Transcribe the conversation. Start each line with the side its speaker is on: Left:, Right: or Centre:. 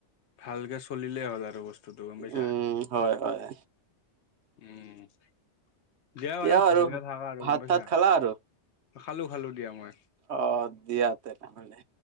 Left: ভালকে চলিলেই হ'ল আৰু বস্তুটো গম পাইছ
Right: উম হয় হয়।
Left: উম দিয়া
Right: দিয়া
Left: বাৰু
Right: আৰু
Left: ভালকে থাকা আৰু
Right: ভাত
Left: গম পাইছা
Right: তাত খালা আৰু
Left: খালো খালো দিয়া মই
Right: অ', দিয়া তেনেহ'লে